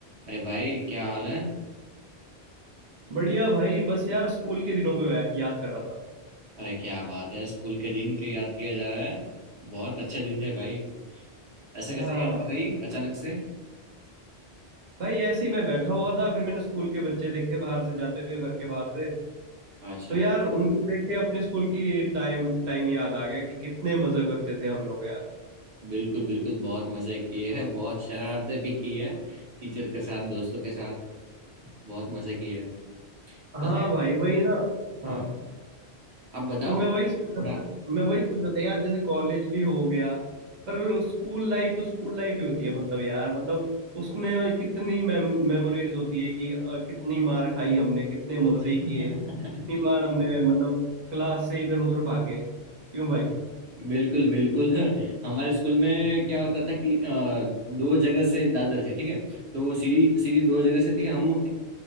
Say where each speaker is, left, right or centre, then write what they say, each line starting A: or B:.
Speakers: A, on the right; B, on the right.
A: अरे भाई क्या हाल है
B: बढ़िया भाई बस यार स्कूल के दिनों को या- याद कर रहा था
A: अरे क्या बात है स्कूल के दिन के याद किया जा रहा है बहुत अच्छे दिन थे भाई ऐसे
B: हाँ
A: कैसे याद आ गई अचानक से
B: भाई ऐसे ही मैं बैठा हुआ था फिर मैंने स्कूल के बच्चे देखे बाहर से जाते हुए घर के बाहर से
A: अच्छा
B: तो यार उनको देख के अपने स्कूल की टाइम टाइम याद आ गया कि कितने मजे करते थे हम लोग यार
A: बिल्कुल बिल्कुल बहुत मजे किए हैं बहुत शरारतें भी की है टीचर के साथ दोस्तों के साथ बहुत मजे किए हैं
B: हाँ
A: वैसे
B: भाई वही ना
A: हाँ
B: हाँ
A: आप बताओ
B: तो मैं
A: थोड़ा
B: वही सोच रहा था मैं वही सोच रहा था यार जैसे कॉलेज भी हो गया पर स्कूल लाइफ तो स्कूल लाइफ ही होती है मतलब यार मतलब उसमें कितनी मेमोरीज होती है कि अ, कितनी मार खाई हमने कितने मजे
A: <laughs>
B: किए कितनी बार हमने मतलब क्लास से इधर उधर भागे क्यों भाई
A: बिल्कुल बिल्कुल <laughs> हमारे स्कूल में क्या होता था कि अ, दो जगह से दादर थे ठीक है तो सीढ़ी सीढ़ी दो जगह से थी हम अ,